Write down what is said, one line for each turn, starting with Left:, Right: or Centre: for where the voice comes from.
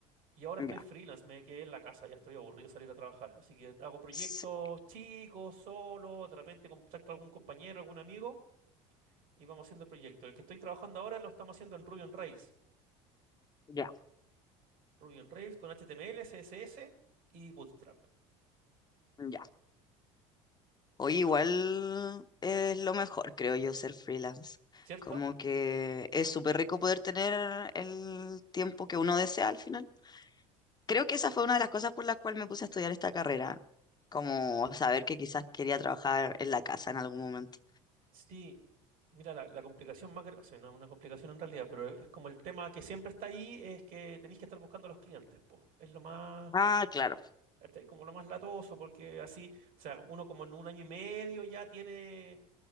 Right: y ahora
Left: Ya,
Right: estoy freelance. Me quedé en la casa, ya estoy aburrido de salir a trabajar. Así que hago proyectos
Left: sí,
Right: chicos, solo, de repente contacto a algún compañero, algún amigo y vamos haciendo el proyecto. El que estoy trabajando ahora lo estamos haciendo en Ruby on Rails.
Left: ya,
Right: Ruby on Rails con HTML, CSS y Bootstrap.
Left: ya. Oye,
Right: ¿Ya?
Left: igual es lo mejor, creo yo, ser freelance.
Right: ¿Cierto?
Left: Como que es súper rico poder tener el tiempo que uno desea al final. Creo que esa fue una de las cosas por las cuales me puse a estudiar esta carrera, como saber que quizás quería trabajar en la casa en algún momento.
Right: Sí. Mira, la, la complicación más grande, o sea, no es una complicación en realidad, pero es como el tema que siempre está ahí, es que tenéis que estar buscando a los clientes, po. Es lo más,
Left: Ah, claro.
Right: este, como lo más latoso, porque así, o sea, uno como en un año y medio ya tiene